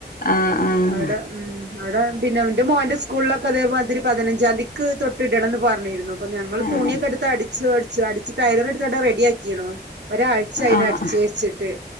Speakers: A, on the left; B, on the right.
A: ആഹ്
B: അവടെ ഉം അവടെ പിന്നെ എന്റെ മോന്റെ സ്കൂളിലൊക്കെ അതേമാതിരി പതിനഞ്ച് ജതിക്ക് തൊട്ടി ഇടണം എന്ന് പറഞ്ഞിര്ന്നു അപ്പൊ ഞങ്ങള്
A: ആഹ്
B: തുണിയൊക്കെ എട്ത്ത് അടി അടിച്ച് ടൈലർ റെഡിയ ആക്കിണ് ഒരാഴ്ചാ അയിന്
A: ആഹ് ആഹ്
B: അടിച്ച് വെച്ചിട്ട്